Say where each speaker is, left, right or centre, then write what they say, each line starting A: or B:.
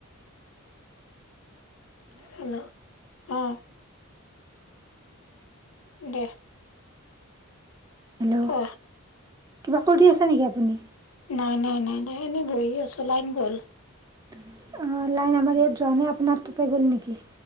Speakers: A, on the left (about 70°); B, on the right (about 15°).
A: হেল্ল' উম। দেহ
B: হেল্ল'
A: কোৱা
B: কিবা কৰি
A: নাই,
B: আছে নেকি আপুনি
A: নাই, নাই, নাই এনে বহি বহি আছোঁ লাইন গ'ল।
B: লাইন আমাৰ ইয়াত যোৱা নাই, আপোনাৰ তাতে গ'ল নেকি?